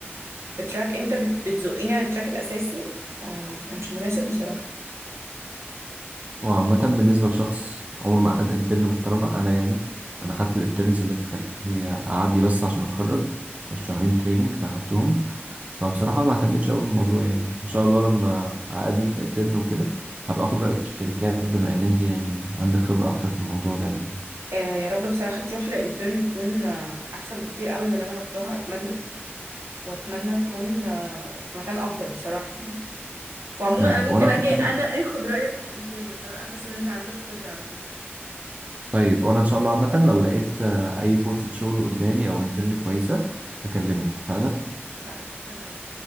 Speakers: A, on the right (about 80°); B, on the right (about 30°).
A: في تراك أنت بت- بتزقني على التراك الأساسي آه، ما كانش مناسب بصراحة
B: وعامة بالنسبة لشخص عمره ما أخد انترن محترمة أنا يعني أنا خدت الانترنز اللي تخليني أعدي بس عشان أتخرج شهرين تريننج فأخدتهم فبصراحة ما اهتمتش قوي بالموضوع يعني ان شاء الله لما اقدم في اترن وكده هبقى اخد رأيك في الشركات بما ان انت يعني عندك خبرة اكتر في الموضوع ده يعني
A: آه يا رب بصراحة تروح لإنترن تكون آه أحسن بكتير قوي من اللي أنا روحتها أتمنى وأتمنى تكون آه في مكان أفضل بصراحة <laughs> وعموما
B: يا رب
A: أنا ممكن
B: وانا
A: أجي
B: ان شاء
A: أنا
B: الله
A: آخد رأيك في الإنترن عشان أنا حاسة إن أنت عندك خبرة على فكرة
B: طيب وانا ان شاء الله عامة لو لقيت آه، اي فرصة شغل قدامي او انترن كويسة هكلمك اتفقنا
A: اتفقنا شكرا قوي